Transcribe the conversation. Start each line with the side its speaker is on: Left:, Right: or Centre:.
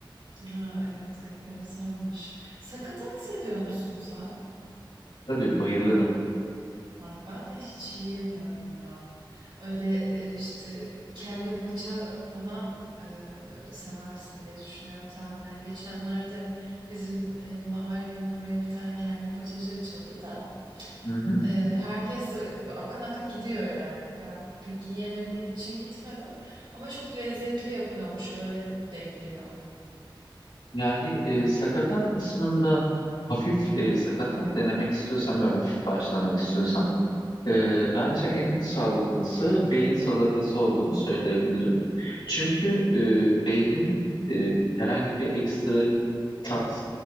Right: Ha, evet enteresanmış. Sakatat seviyor musun sen?
Left: Tabii bayılırım.
Right: Aa, ben de hiç yiyemiyorum ya. Öyle e, işte kelle paça falan e, seversin diye düşünüyorum tahminen. Geçenlerde bizim e, mahallenin oraya bir tane kelle paçacı açıldı da.
Left: Hı hı.
Right: Eee, herkes de akın akın gidiyor yani. Ben pek yiyemediğim için gitmedim ama çok lezzetli yapıyormuş öyle deniliyor.
Left: Yani e, sakatat kısmında hafif e, sakatat denemek istiyorsan ve hafif başlamak istiyorsan e, bence en sağlıklısı beyin salatası olduğunu söyleyebilirim. Çünkü e, beynin e, herhangi bir ekstra tat